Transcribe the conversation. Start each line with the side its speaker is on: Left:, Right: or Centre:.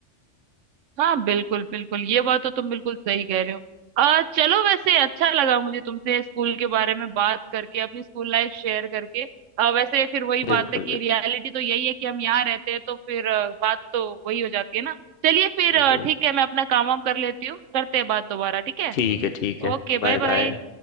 Right: हाँ बिल्कुल बिल्कुल ये बात तो तुम बिल्कुल सही कह रहे हो आ, चलो वैसे अच्छा लगा मुझे तुमसे स्कूल के बारे में बात करके अपनी स्कूल लाइफ शेयर करके आ, वैसे फिर वही बात
Left: बिल्कुल
Right: है कि रियलिटी तो यही है कि हम यहाँ रहते हैं तो फिर आ, बात तो वही हो जाती है ना चलिए फिर
Left: बिल्कुल
Right: आ, ठीक
Left: वही
Right: है मैं अपना काम वाम कर लेती हूँ करते हैं बात दोबारा ठीक है
Left: ठीक है ठीक है
Right: Okay
Left: Bye
Right: bye bye
Left: bye